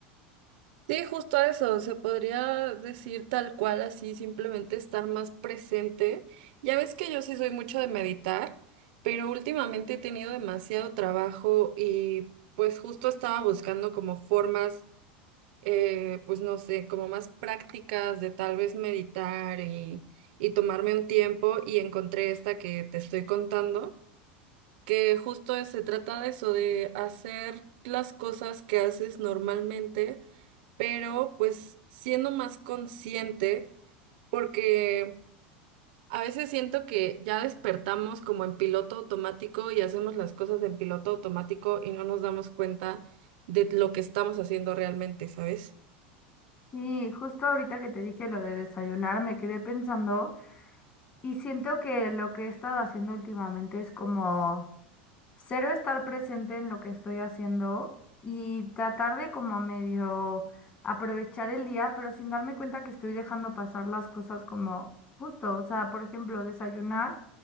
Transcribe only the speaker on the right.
Sí, justo a eso, se podría decir tal cual así, simplemente estar más presente. Ya ves que yo sí soy mucho de meditar, pero últimamente he tenido demasiado trabajo y pues justo estaba buscando como formas, eh, pues no sé, como más prácticas de tal vez meditar y, y tomarme un tiempo y encontré esta que te estoy contando, que justo se trata de eso, de hacer las cosas que haces normalmente pero pues siendo más consciente, porque a veces siento que ya despertamos como en piloto automático y hacemos las cosas en piloto automático y no nos damos cuenta de lo que estamos haciendo realmente, ¿sabes?